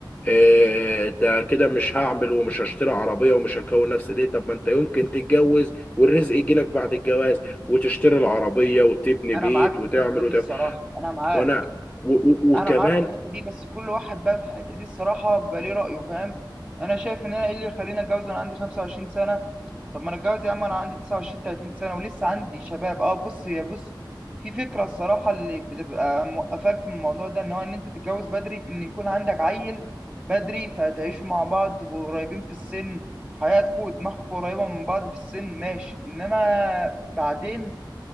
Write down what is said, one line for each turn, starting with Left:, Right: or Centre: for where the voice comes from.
Left: آه، ده كده مش هعمل ومش هشتري عربية ومش هكون نفسي ليه طب ما انت يمكن تتجوز والرزق يجيلك بعد الجواز وتشتري العربية وتبني بيت
Right: انا معاك
Left: وتعمل
Right: في الحته دي
Left: وتعمل
Right: الصراحه انا معاك
Left: وانا و و وكمان
Right: انا معاك في الحته دي بس كل واحد بقى في الحته دي الصراحه بيبقى ليه رايه فاهم انا شايف ان انا ايه اللي يخليني اتجوز وانا عندي 25 سنه طب ما انا اتجوز يا عم انا عندي 29 30 سنه ولسه عندي شباب اه بص يا بص في فكره الصراحه اللي بتبقى موقفاك من الموضوع ده ان هو ان انت تتجوز بدري ان يكون عندك عيل بدري فتعيشوا مع بعض تبقوا قريبين في السن حياتكم ودماغكم قريبه من بعض في السن ماشي انما بعدين